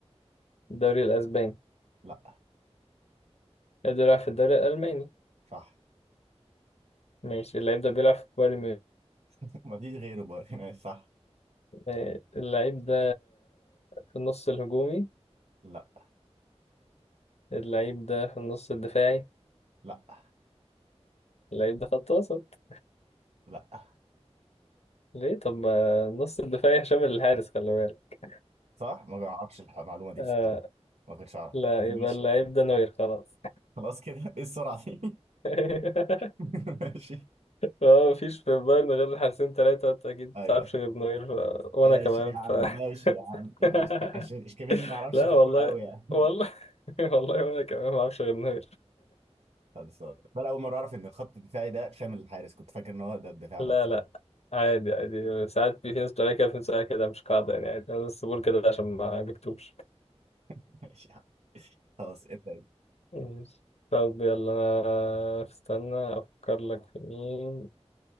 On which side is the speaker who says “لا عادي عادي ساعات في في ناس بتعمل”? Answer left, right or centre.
Left